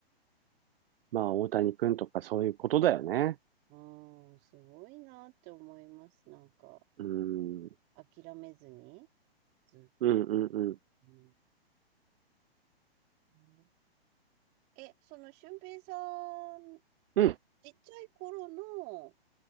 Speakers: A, on the right; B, on the right.
A: まあ大谷くんとかそういうことだよね。
B: うん、すごいなって思います。なんか
A: うーん。
B: 諦めずにずっと。
A: うん、うん、うん。
B: うんねえ、その俊平さん、
A: うん、
B: ちっちゃい頃の